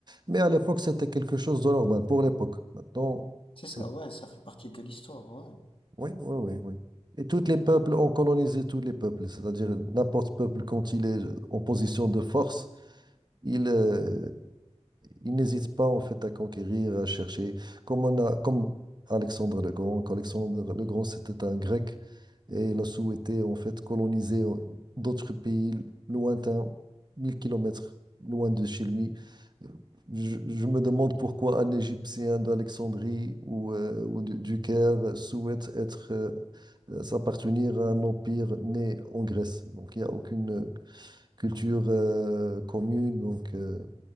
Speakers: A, on the right; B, on the left.
A: Mais à l'époque, c'était quelque chose de normal pour l'époque. Maintenant,
B: C'est
A: c'est...
B: ça, ouais, ça fait partie de l'histoire, ouais.
A: Oui, oui, oui, oui. Et tous les peuples ont colonisé tous les peuples, c'est-à-dire n'importe peuple quand il est en position de force, il, euh, il n'hésite pas en fait à conquérir, à chercher. Comme on a, comme Alexandre le Grand, qu'Alexandre le Grand c'était un Grec et il a souhaité en fait coloniser euh, d'autres pays lointains, 1000 kilomètres loin de chez lui. Je, je me demande pourquoi un Égyptien d'Alexandrie ou, euh, ou du, du Caire souhaite être euh, euh, s'appartenir à un empire né en Grèce. Donc il n'y a aucune culture euh, commune. Donc euh,